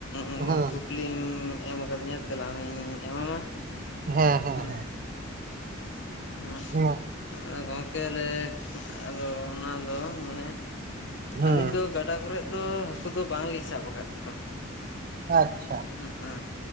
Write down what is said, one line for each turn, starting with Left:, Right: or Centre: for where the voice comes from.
Left: ᱩᱸᱻ
Right: ᱦᱮᱸ ᱦᱮᱸ
Left: ᱠᱩᱠ ᱞᱤᱢᱻ ᱮᱢ ᱟᱠᱟᱫᱤᱧᱟ ᱛᱮᱞᱟ ᱦᱚᱧ ᱮᱢᱟᱢᱟ ᱾
Right: ᱦᱮᱸ ᱦᱮᱸ
Left: ᱦᱩᱸ ᱼ ᱦᱟᱸ
Right: ᱦᱮᱸ
Left: ᱟᱫᱚ ᱜᱚᱝᱠᱮ ᱞᱮ--ᱮ ᱟᱫᱚ ᱚᱱᱟ ᱫᱚ ᱢᱟᱱᱮ
Right: ᱦᱮᱸ
Left: ᱟᱹᱞᱤᱧ ᱫᱚ ᱜᱟᱰᱟ ᱠᱚᱨᱮᱜ ᱫᱚ ᱦᱟᱠᱩ ᱫᱚ ᱵᱟᱝ ᱞᱤᱧ ᱥᱟᱵ ᱟᱠᱟᱫ ᱠᱚᱣᱟ
Right: ᱟᱪ-ᱪᱷᱟ ᱾
Left: ᱦᱩᱸᱜ-ᱟ,